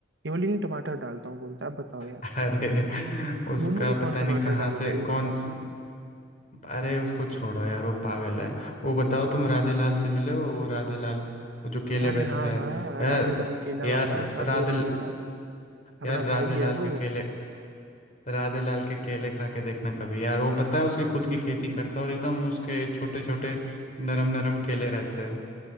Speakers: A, on the right; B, on the left.
A: इमली नहीं टमाटर डालता हूँ बोलता है अब बताओ यार
B: <laughs> अरे उसका
A: मोमो में कौन
B: पता
A: टमाटर
B: नहीं कहाँ
A: डाल
B: से
A: रहा है ये बताओ
B: कौन से अरे उसको छोड़ो यार वो पागल है वो बताओ तुम राधे लाल से मिले हो वो राधे लाल वो जो केले
A: अरे
B: बेचता
A: हाँ
B: है
A: हाँ
B: यार
A: राधे लाल केला
B: यार
A: वाला अपना
B: राधे
A: दोस्त है यार
B: यार
A: अपना
B: राधे
A: भाई
B: लाल
A: है
B: के
A: वो
B: केले राधे लाल के केले खा के देखना कभी यार वो पता है उसकी खुद की खेती करता है और एकदम उसके छोटे छोटे नरम नरम केले रहते हैं